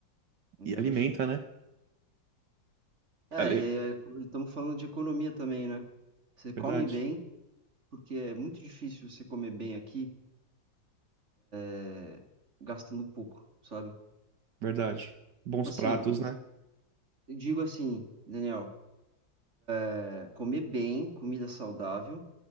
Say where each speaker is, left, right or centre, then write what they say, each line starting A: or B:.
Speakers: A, on the right; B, on the right.
A: Muito
B: E
A: relaxante.
B: alimenta, né?
A: É,
B: Ali,
A: e aí, é, estamos falando de economia também, né? Você come
B: verdade,
A: bem. porque é muito difícil você comer bem aqui é, gastando pouco, sabe?
B: verdade. Bons
A: Assim,
B: pratos, né?
A: eu digo assim, Daniel, é, comer bem, comida saudável,